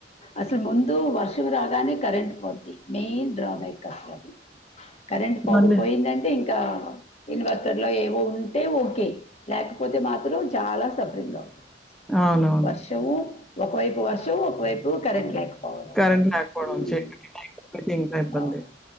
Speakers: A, on the left (about 35°); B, in the centre.
A: అసలు ముందు వర్షం రాగానే కరెంట్ పోద్ది మెయిన్ డ్రాబ్యాక్ అసలు అది కరెంట్
B: పడుతుందండి.
A: పోకపోయిందంటే ఇంకా ఇన్వెస్టర్ లో ఏవో ఉంటే ఓకే లేకపోతే మాత్రం చాలా సఫరింగ్ అవుతది
B: అవునవును.
A: వర్షము ఒకవైపు వర్షము ఒకవైపు కరెంట్ లేక్ పోవడం
B: కరెంట్ లేకపోవడం,
A: హుమ్
B: చీకట్లయితే ఇంకా ఇబ్బంది.
A: అవును